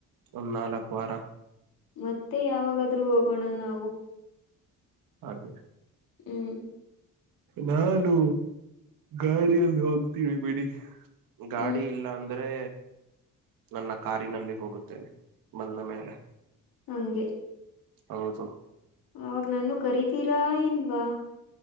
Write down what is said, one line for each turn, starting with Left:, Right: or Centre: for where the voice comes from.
Right: ಒಂದ್ ನಾಲಕ್ ವಾರ.
Left: ಮತ್ತೆ ಯಾವಾಗಾದ್ರು ಹೋಗೋಣ ನಾವು.
Right: ಹಾಗೆ.
Left: ಹ್ಮ.
Right: ನಾನು ಗಾಡಿಯಲ್ಲಿ ಹೋಗ್ತೀವಿ ಬಿಡಿ ಗಾಡಿ
Left: ಹ್ಮ್
Right: ಇಲ್ಲ ಅ ಅಂದ್ರೆ ನನ್ನ ಕಾರಿನಲ್ಲಿ ಹೋಗುತ್ತೇನೆ ಬಂದ ಮೇಲೆ
Left: ಹಂಗೆ.
Right: ಹೌದು.
Left: ಅವಾಗ ನನ್ನು ಕರಿತೀರಾ ಇಲ್ವಾ.